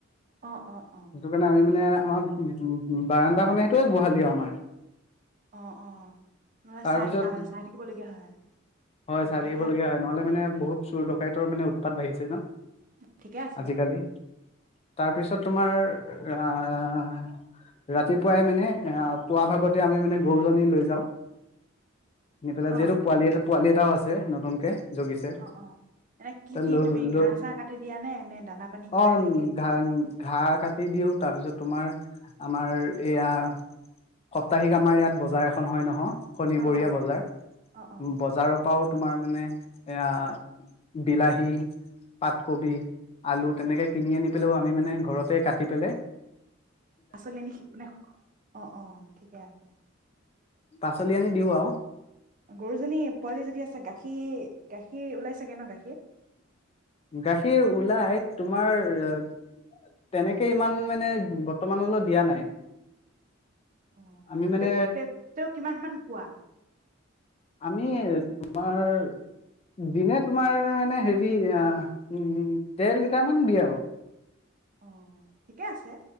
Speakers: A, on the right (about 40°); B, on the left (about 30°).
A: অ অ অ
B: সেইটো কেনে আমি
A: ঠিকে
B: মানে
A: আছে
B: আমাৰ <unintelligible> বাৰাণ্ডাখনে সিতয়ে গোহালিও আমাৰ
A: অ অ মানে
B: তাৰপিছত
A: চাই থাকা মানে চাই থাকিবলগীয়া হয়
B: হয়
A: অ
B: চাই থাকিব
A: ঠিকে
B: লগীয়া
A: আছে
B: হয়, নহ'লে মানে বহুত চুৰ ডকাইতৰ মানে উৎ পাত বাঢ়িছে ন।
A: ঠিকে আছে
B: আজিকালি
A: বাৰু
B: তাৰ পিছত তোমাৰ <unintelligible> ৰাতিপুৱাই মানে পুৱাভাগতে আমি মানে গৰুজনি লৈ যাওঁ নি পেলাই
A: অ
B: যিহেতু পোৱালী এটা পোৱালী এটাও আছে নতুন কে যোগিছে
A: অ অ এনে কি
B: <unintelligible>
A: কি
B: লৈ
A: তুমি
B: লৈ
A: ঘাঁহ চাহ কাটি দিয়া নে নে দানা পানী কিবা
B: অ
A: এনেকে
B: <unintelligible> ঘাঁহ কাটি দিওঁ তাৰপিছত তোমাৰ আমাৰ এয়া সাপ্তাহিক আমাৰ ইয়াত বজাৰ এখন হয় নহ শনিবৰীয়া
A: অ অ
B: বজাৰ
A: অ অ অ
B: বজাৰৰ পৰাও তোমাৰ মানে এয়া বিলাহী পাতকবি আলু তেনেকে কিনি আনি পেলাওঁ আমি মানে ঘৰতে কাটি পেলে
A: আচলে নেকি মানে অ অ ঠিকে আছে
B: পাচলি আনি দিও আও
A: গৰুজনী পোৱালী যদি আছে গাখীৰ গাখীৰ উলাই চাগে ন গাখীৰ,
B: গাখীৰ উলাই তোমাৰ তেনেকে ইমান মানে বৰ্তমান লৈ দিয়া নাই
A: অ
B: আমি
A: <unintelligible>
B: মানে
A: তে তেও কিমান মান পোৱা
B: আমি তোমাৰ দিনে তোমাৰ মানে হেৰি আ ডেৰলিটাৰ মান দিয়ে আৰু
A: অ ঠিকে আছে